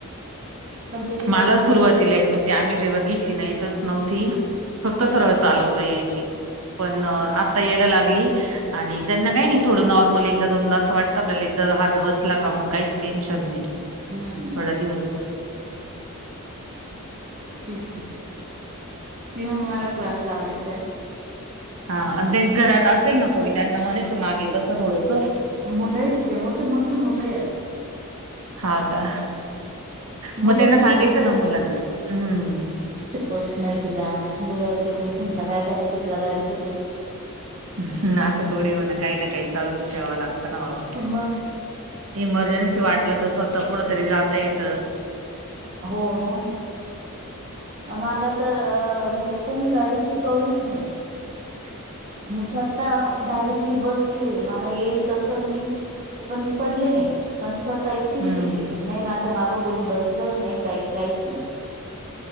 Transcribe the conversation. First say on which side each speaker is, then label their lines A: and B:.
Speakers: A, on the right (about 35°); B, on the right (about 75°).
A: पण ते तिला
B: मला
A: जमतच
B: सुरुवातीला इथुनं ते आम्ही जेव्हा घेतली नाही तस नव्हती फक्त सरळ चालवता यायची. पण आता यायला लागली. आणि त्यांना काही नाही थोडं नॉर्मल एकदा दोनदा अस वाटतं आपल्याला एकदा हात बसला का मग काहीच टेन्शन नाही.
A: हम्म
B: थोड्या दिवस.
A: तेच तर, ती म्हणे मला क्लास लावायचाय.
B: हा आणि ते घरात असेल ना कोणी त्यांना म्हणायचं मागे बसा थोडंसं.
A: मुलं आहे तिचे मोठे मोठे मुलं आहेत.
B: हा का
A: मुलं
B: मग त्यांना
A: शिकवत
B: सांगायचं
A: नाही
B: ना मुलांना. हम्म
A: होत नाही तुला, मुलं ते म्हणता काय करायचं तुला गाडी शिकून.
B: ह असं थोडी म्हणा काही ना काही चालूच ठेवा लागतं ना बाबा,
A: मग
B: इमर्जन्सी वाटलं तर स्वतः कुठतरी जाता येत.
A: हो मग मला तर अ म्हणजे कोणी गाडी शिकवलीच नाही.
B: ह <inaudible>
A: मी स्वतः डायरेक्टली बसले मला येईल तस मी, पण पडले नाही पण स्वतः एकटी
B: हम्म
A: शिकले. नाही माझ्या मागं कोणी बसलं नाही काही काहीच नाही.